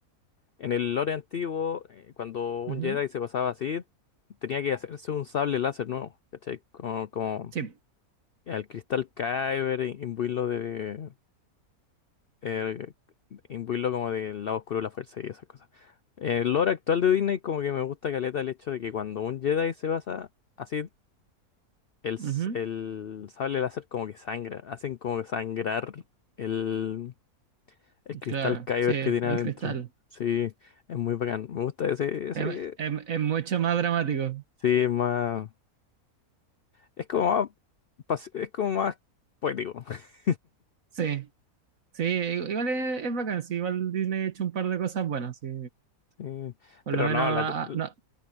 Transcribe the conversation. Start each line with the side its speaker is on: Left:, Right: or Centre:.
Left: En el lore antiguo, eh, cuando un
Right: Ujú.
Left: Jedi se pasaba así, tenía que hacerse un sable láser nuevo, ¿cachai? Como, como
Right: Sí,
Left: el cristal Kyber, im- imbuirlo de. eh, imbuirlo como del lado oscuro de la fuerza y esas cosas. El lore actual de Disney, como que me gusta caleta el hecho de que cuando un Jedi se basa. Así el, s-
Right: ujú.
Left: el sable láser como que sangra, hacen como que sangrar el, el cristal
Right: Claro,
Left: Kyber
Right: sí, el
Left: que tiene adentro.
Right: cristal.
Left: Sí, es muy bacán. Me gusta ese, ese,
Right: Es, es- es mucho más dramático,
Left: sí, es más, es como más, pas- es como más poético. <laughs>
Right: sí. Sí, igual es, es bacán, sí, igual Disney ha hecho un par de cosas buenas, sí.
Left: Sí,
Right: Por
Left: pero
Right: lo menos,
Left: no,
Right: ah,
Left: la, tri-
Right: ah, no,